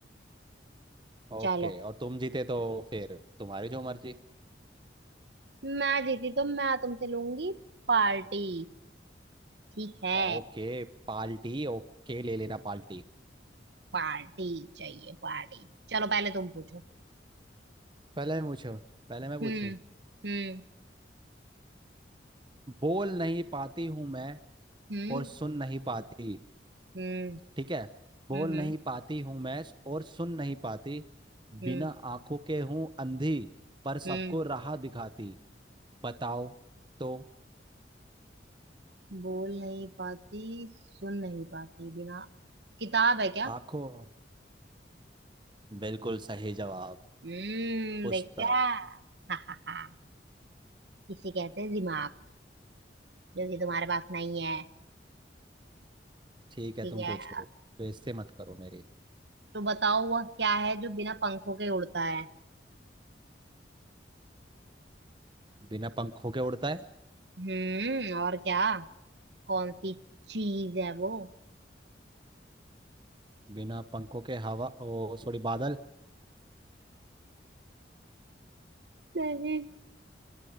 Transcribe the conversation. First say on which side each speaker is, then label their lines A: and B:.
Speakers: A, on the right (about 25°); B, on the right (about 70°).
A: ओके
B: चलो <laughs>
A: और तुम जीते तो फिर तुम्हारी जो मर्जी
B: हम्म, मैं जीती तो मैं तुमसे लूंगी पार्टी ठीक है
A: ओके पाल्टी ओके ले लेना पाल्टी
B: पार्टी चाहिए पार्टी चलो पहले तुम पूछो
A: पहले मैं पूछूं पहले मैं पूछूं
B: हम्म हम्म
A: बोल नहीं पाती हूँ मैं
B: हम्म
A: और सुन नहीं पाती
B: हम्म
A: ठीक है
B: हम्म
A: बोल
B: हम्म
A: नहीं पाती हूँ मैं और सुन नहीं पाती
B: हम्म
A: बिना आंखों के हूँ अंधी पर सबको
B: हम्म।
A: राह दिखाती बताओ तो
B: बोल नहीं पाती सुन नहीं पाती बिना किताब है क्या
A: आंखों बिल्कुल सही जवाब
B: हम्म
A: पूछता
B: देखा <laughs> हा हा हा इसे कहते हैं दिमाग जो कि तुम्हारे पास नहीं है
A: ठीक है
B: ठीक
A: तुम
B: है
A: पूछो
B: अब
A: बेइज्जती मत करो मेरी
B: तो बताओ वह क्या है जो बिना पंखों के उड़ता है
A: बिना पंखों के उड़ता है
B: हम्म और क्या कौन सी चीज है वो
A: बिना पंखों के हवा ओ सॉरी बादल
B: नहीं